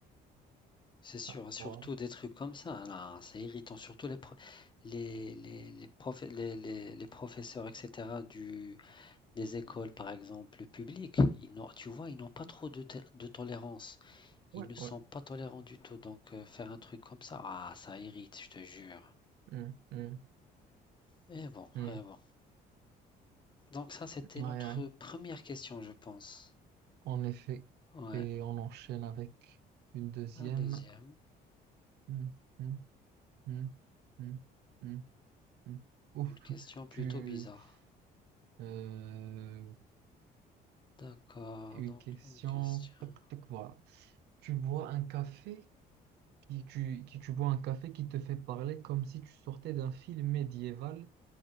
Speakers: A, on the left (about 25°); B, on the right (about 80°).
A: C'est sûr,
B: Ah,
A: hein, surtout
B: voilà.
A: des trucs comme ça, hein, là, c'est irritant. Surtout les, pro- les, les, les, prof- les, les- les professeurs, etc., du, des écoles, par exemple, publiques, ils n'ont, tu vois, ils n'ont pas trop de, tel- de tolérance.
B: Ouais,
A: Ils ne sont
B: ouais.
A: pas tolérants du tout, donc euh, faire un truc comme ça, ah, ça irrite, je te jure.
B: Hum, hum,
A: Et bon,
B: hum.
A: et bon. Donc ça, c'était
B: Ouais,
A: notre
B: ouais.
A: première question, je pense.
B: En effet,
A: Ouais.
B: et on enchaîne avec une deuxième.
A: La deuxième,
B: Hum, hum, hum, hum, hum, hum. Ouf,
A: une question plutôt
B: tu,
A: bizarre.
B: Euh,
A: D'accord,
B: une
A: donc
B: question.
A: une question.
B: Toc, toc, voilà. Tu bois un café qui, tu, qui, tu bois un café qui te fait parler comme si tu sortais d'un film médiéval